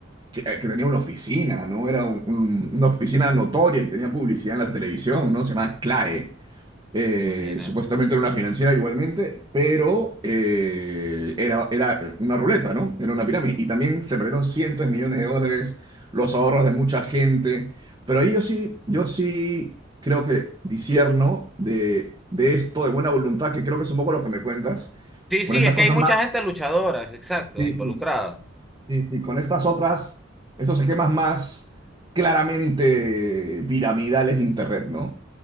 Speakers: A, on the right (about 25°); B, in the centre.
A: que, eh, que tenía una oficina, ¿no? Era un- un- una oficina notoria y tenía publicidad en la televisión, ¿no? Se llama CLAE. Eh,
B: imagínate.
A: supuestamente era una financiera igualmente, pero eh, era, era una ruleta, ¿no? Era una pirámide. Y también se perdieron cientos de millones de dólares, los ahorros de mucha gente. Pero ahí yo sí, yo sí creo que disierno de, de esto, de buena voluntad, que creo que es un poco lo que me cuentas,
B: Sí,
A: con
B: sí,
A: estas
B: es
A: cosas
B: que hay mucha
A: más...
B: gente luchadora, es exacto,
A: Sí,
B: involucrada.
A: sí. Sí, sí, con estas otras, estos esquemas más claramente piramidales de Internet, ¿no?